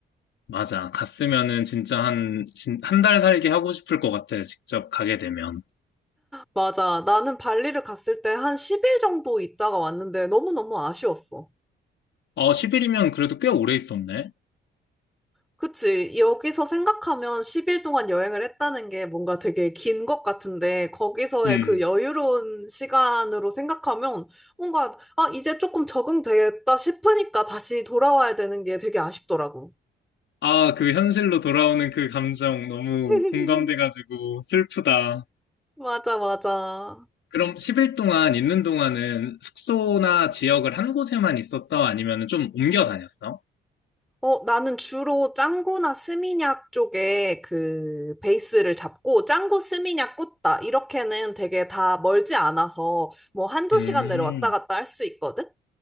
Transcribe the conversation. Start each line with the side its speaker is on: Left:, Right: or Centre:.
Left: 맞아. 갔으면은 진짜 한, 한 달 살기 하고 싶을 것 같아. 직접 가게 되면.
Centre: 맞아. 나는 발리를 갔을 때 한 10일 정도 있다가 왔는데 너무너무 아쉬웠어.
Left: 어, 10일이면 그래도 꽤 오래 있었네.
Centre: 그치. 여기서 생각하면 10일 동안 여행을 했다는 게 뭔가 되게 긴 것 같은데 거기서의
Left: 음.
Centre: 그 여유로운 시간으로 생각하면 뭔가 아, 이제 조금 적응됐다 싶으니까 다시 돌아와야 되는 게 되게 아쉽더라고.
Left: 아, 그 현실로 돌아오는 그 감정 너무
Centre: <laughs>
Left: 공감돼가지고 슬프다.
Centre: 맞아, 맞아.
Left: 그럼 10일 동안 있는 동안은 숙소나 지역을 한 곳에만 있었어? 아니면 좀 옮겨 다녔어?
Centre: 어, 나는 주로 짱구나 스미냑 쪽에 그 베이스를 잡고 짱구 스미냑 꽂다 이렇게는 되게 다 멀지 않아서 뭐 한두
Left: 음,
Centre: 시간 내로 왔다 갔다 할 수 있거든?